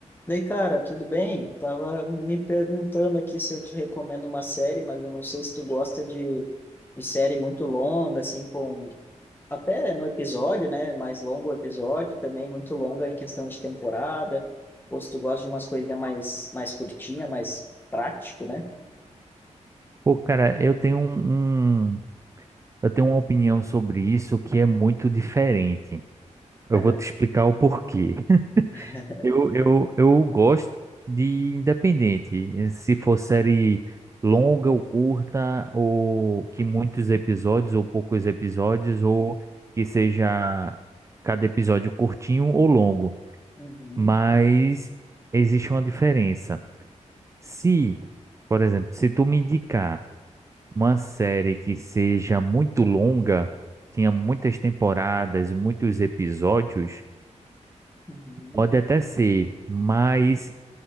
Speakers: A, on the left (about 15°); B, on the right (about 25°).
A: Daí, cara, tudo bem? Tava me perguntando aqui se eu te recomendo uma série, mas eu não sei se tu gosta de, de série muito longa, assim, com até no episódio, né? Mais longo o episódio, também muito longa em questão de temporada, ou se tu gosta de umas coisinhas mais, mais curtinha, mais prático, né?
B: Pô, cara, eu tenho um, um- eu tenho uma opinião sobre isso que é muito diferente. Eu
A: É.
B: vou te explicar o porquê.
A: <laughs>
B: Eu, eu, eu gosto de independente, se for série longa ou curta, ou que muitos episódios ou poucos episódios, ou que seja cada episódio curtinho ou longo.
A: Uhum,
B: Mas existe uma diferença. Se, por exemplo, se tu me indicar Uma série que seja muito longa, tenha muitas temporadas, muitos episódios,
A: uhum,
B: pode até ser, mas